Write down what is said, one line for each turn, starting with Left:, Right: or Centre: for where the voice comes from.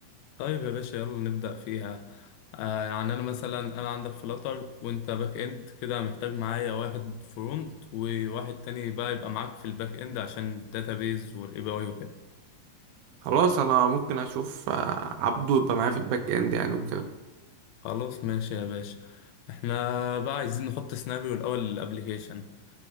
Left: طيب يا باشا يلا نبدأ فيها آه يعني انا مثلا انا عندك فلاتر وانت باك اند كده محتاج معايا واحد فرونت وواحد تاني بقى يبقى معاك في الباك اند عشان الداتابيز والاي بي اي وكده
Right: خلاص أنا ممكن أشوف آه، عبده يبقى معايا في الباك إند يعني وكده
Left: خلاص ماشي يا باشا احنا بقى عايزين نحط سيناريو الاول للابلكيشن